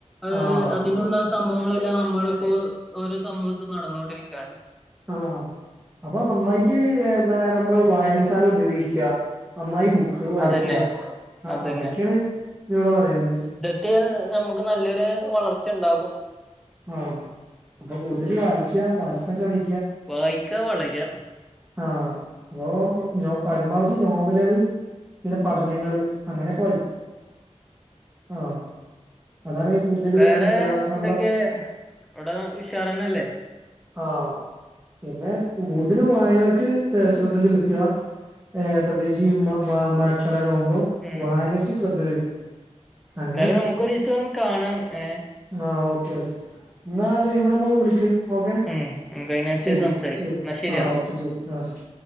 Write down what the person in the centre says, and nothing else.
അത്
അതിനുള്ള സം സംഭവങ്ങളു എല്ലാം നമ്മള് ഇപ്പോ ഓരോ സമൂഹത്തും നടന്നുകൊണ്ടിരിക്കാണ്
അതന്നെ
അതന്നെ
<unintelligible> നമുക്ക് നല്ലൊരു വളർച്ചണ്ടാകും
വായിക്കാ വളരാ
പിന്നെ
വേറെ
എന്തൊക്കെ ഇവിടെ ഉഷാറന്നല്ലേ
ഉം
എന്തായാലും നമുക്കൊരീസം കാണാം ഏ
ഉം നമുക്ക് അതിനനുസരിച്ച്
സംസാരിക്കാം
എന്നാ ശരിയെന്നാ